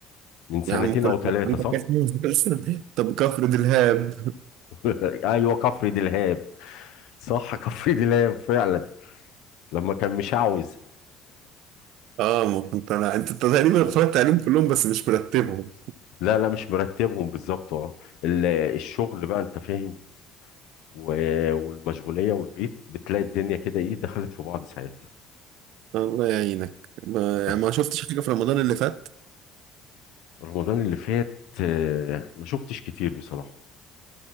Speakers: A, on the left; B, on the right.
A: من سنتين
B: يا عم كل
A: او ثلاثه
B: ما كان عندك
A: صح؟
B: اسم مسلسل <laughs> طب كفر دلهاب
A: <laughs> ايوه كفر دلهاب صح <laughs> كفر دلهاب فعلا لما كان مشعوذ
B: اه ما كنت طالع انت تقريبا
A: آه.
B: اتفرجت عليهم كلهم بس مش مرتبهم
A: لا لا مش مرتبهم بالظبط اه ال- الشغل بقى انت فاهم و- والمشغوليه والبيت بتلاقي الدنيا كده ايه دخلت في بعض ساعات
B: الله يعينك ما...
A: والله
B: يعني ما شفتش حاجه في رمضان اللي فات
A: رمضان اللي فات آه، ما شفتش كتير بصراحه